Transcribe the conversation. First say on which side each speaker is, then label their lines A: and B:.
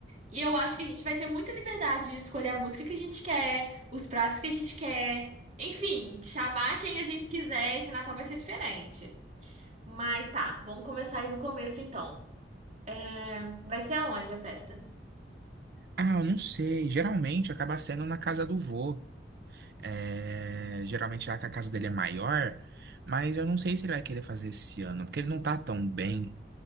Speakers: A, on the right; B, on the right.
A: E eu acho que a gente vai ter muita liberdade de escolher a música que a gente quer, os pratos que a gente quer. Enfim, chamar quem a gente quiser, esse Natal vai ser diferente. Mas tá, vamos começar aí do começo então. É, vai ser aonde a festa?
B: Ah, eu não sei. Geralmente acaba sendo na casa do vô. É, geralmente lá que a casa dele é maior, mas eu não sei se ele vai querer fazer esse ano, porque ele não tá tão bem.